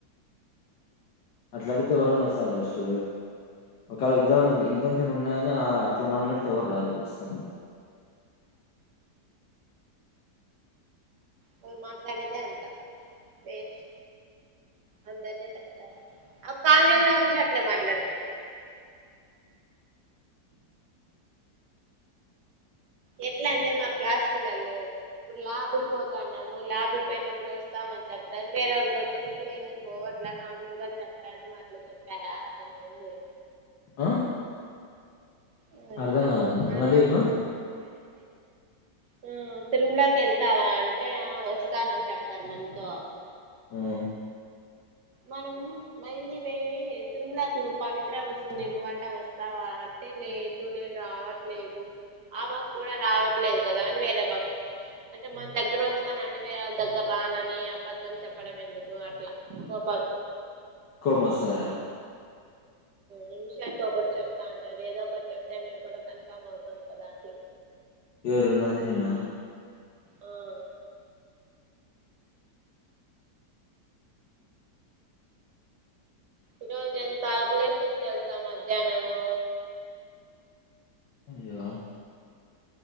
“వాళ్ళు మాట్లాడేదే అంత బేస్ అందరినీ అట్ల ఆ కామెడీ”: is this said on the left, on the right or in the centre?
Right